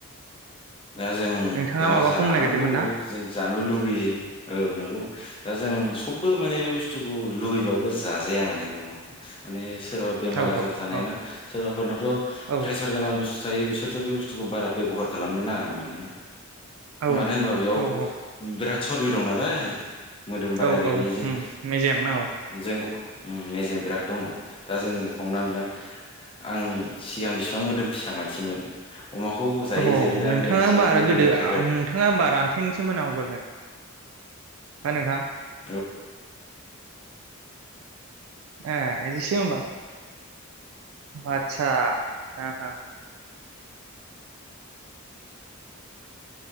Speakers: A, on the left; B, on the right.
A: दा जों
B: नोंथाङा
A: अमा
B: माबा
A: जानांगौ
B: बुंनो नागिरदोंमोन ना
A: जों जानोबो लुगैयो औ नंगौ दा जों सबबो माने बे बुस्थुखौ लुबैबाबो जाजाया माने बे अमाखौ माने सोरबा बेमार
B: औ
A: आजार थानाय
B: औ
A: ना सोरबाफोरनाथ
B: औ
A: प्रेसार गोनां बुस्थु थायो बिसोर थ' बे बुस्थुखौ बारा बेबहार खालामनो ना दामाने
B: औ
A: मानो होनबा बेयाव
B: औ औ
A: बिराद सरबि दं नालाय मोदोम बारायनायनि
B: औ औ उम
A: जों
B: मेजेम औ
A: जों उम मेजेम बिराद दङ दा जों हमनानै ला आं सिगां बिसिबां मोदोम फिसा मानसिमोन अमाखौ जायै
B: औ
A: जायै नै
B: नोंथाङा
A: आं एसेबाबो
B: होमबा आम
A: मोदोम
B: गोदो
A: ओंखारबाय
B: नोंथाङा होमबा रान्थेंसोमोन आवगोलो हो नोंथां
A: औ
B: ए एदिसो होमबा आतसा हो हो